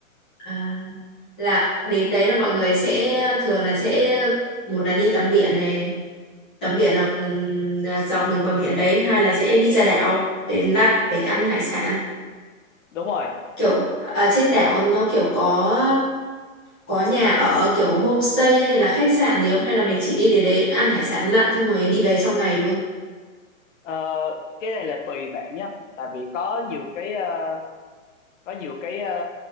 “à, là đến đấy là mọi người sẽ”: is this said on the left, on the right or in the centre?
Centre